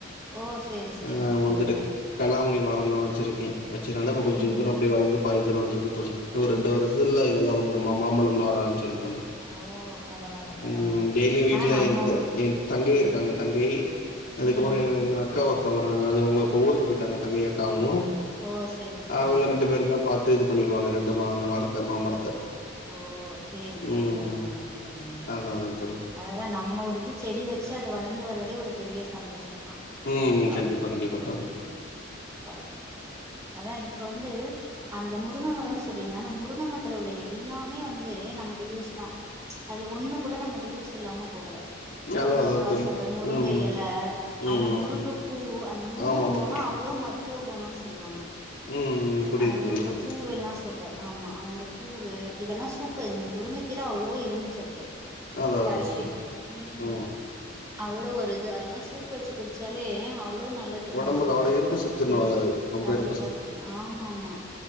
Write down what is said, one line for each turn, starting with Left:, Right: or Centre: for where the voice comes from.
Right: ஓ ஓ செரி ஸ்
Left: ஆஹ் வந்துட்டு கலாமணி மரந் தா வச்சிருக்கே வச்சதுனால இப்ப
Right: ம்
Left: கொஞ்ச தூர அப்டியே வளர்ந்து பாதி தூரோ இருக்கு தோழி ரெண்டு வருத்துல
Right: சேரி
Left: இதெல்லா வந்துருமா மாம்பழம் எல்லா வர ஆரம்பிச்சிரு தோழி
Right: ஓ பரவால்ல பரவால்ல
Left: உம் டெய்லியு வீட்டுல
Right: ஆனா நம்ம
Left: என்
Right: ஊர்
Left: என் தங்கை இருக்காங்க
Right: ம்
Left: தங்கை அதுக்கப்புற
Right: ம்
Left: இன்னொ அக்கா ஒருத்தங்க இருக்காங்க அது இப்பவுங்க ஊருக்கு போயிட்டாங்க தங்கையு அக்காவு
Right: ஓ செரி செரி
Left: ஆஹ் அவங்க ரெண்டு பேரு தா பாத்து இது பண்ணிக்குவாங்க ரெண்டு மா அந்த மரத்த மாமரத்த
Right: ஓ செரி
Left: ம்
Right: செரிங்க தோழரே சரிங்க தோழரே
Left: அதா அதா தோழி
Right: அததா நம்ம ஒரு இது செடி வச்சு அது வளர்ந்து வர்றதே ஒரு பெரிய சந்தோஷம் சொன்னா
Left: ம்
Right: கண்டிப்பா
Left: கண்டிப்பா
Right: ம்
Left: தோழி
Right: ம் கண்டிப்பா கண்டிப்பா அதா இப்ப வந்து அந்த முருங்கமரம்ன்னு சொல்றீங்க அந்த முருங்கமரத்துல உள்ள எல்லாமே வந்து நமக்கு யூஸ் தா அதுல ஒண்ணு கூட நமக்கு யூஸ் இல்லாம போகல முருங்கக்கா
Left: அதா அதா தோழி
Right: சொல்ற முருங்க
Left: ம்
Right: இலை
Left: ம்
Right: அந்த முருங்கப்பூ அந்த முருங்கப்பூவுல்லா
Left: ஆமா ஆமா தோழி
Right: அவ்ளோ மருத் தூகணும்ன்னு சொல்லுவாங்க
Left: ம் புரியுது
Right: அதுல
Left: புரியுது
Right: உள்ள
Left: தோழி
Right: பூவெல்லா சொல்றே ஆமா அந்த பூவு இதெல்லா சூப்பர் இந்த முருங்கக்கீர அவ்ளோ இரும்புச்சத்து
Left: அதா
Right: கால்சியம்
Left: அதா தோழி
Right: உம்
Left: ம்
Right: அவ்ளோ வொரு இது அதெல்லா சூப்பு வெச்சு குடிச்சாலே அவ் அவ்ளோ நல்லது
Left: ஒடம்புக்கு
Right: நமக்கு உடம்புக்கு
Left: அவ்ளோ இரும்பு சத்துன்னுவாங்க
Right: ம்
Left: அது ரொம்ப
Right: கண்டிப்பா
Left: இரும்பு சத்து
Right: பண்ணு ஆமாம்மா